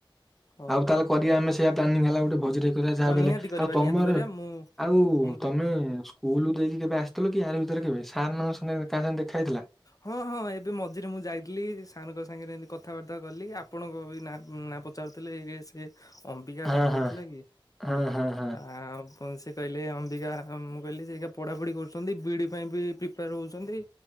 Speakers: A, on the left; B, in the centre.
A: ହଉ
B: ଆଉ ତାହେଲେ କରିବା ଆମେ ସେଇଆ ପ୍ଲାନିଂ ହେଲା ଗୋଟେ ଭୋଜି କରିବା ଯାହାବିହେଲେ
A: ହଁ ନିହାତି କରିବା
B: ଆଉ ତମର
A: ନିହାତି କରିବା ମୁଁ
B: ଆଉ
A: ମୁଁ ବି
B: ତମେ ସ୍କୁଲ ଦେଇକି କେବେ ଆସିଥିଲ କି ଆର ଭିତରେ କେବେ ସାର୍ ମାନଙ୍କ ସାଙ୍ଗେ କାହା ସାଙ୍ଗେ ଦେଖା ହେଇଉଥିଲା?
A: ହଁ ହଁ। ହଁ ଏବେ ମଝିରେ ମୁଁ ଯାଇଥିଲି ସାରଙ୍କ ସାଙ୍ଗରେ ଏମିତି କଥାବାର୍ତ୍ତା କଲି ଆପଣଙ୍କ ବିଁ ନାଁ ନାଁ ପଚାରୁଥିଲେ ଇଏ ସେ ଅମ୍ବିକା
B: ହଁ
A: କଣ କରୁଥିଲା
B: ହଁ
A: କି?
B: ହଁ ହଁ ହଁ
A: କଣ୍ଟାକ୍ଟ କଣ ସେ-, କହିଲେ ଅମ୍ବିକା ମୁଁ କହିଲି ସେ ଏଇକା ପଢ଼ାପଢ଼ି କରୁଛନ୍ତି ବକ ଡ଼ି ପାଇଁ ବି ପ୍ରିପେୟାର ହେଉଛନ୍ତି।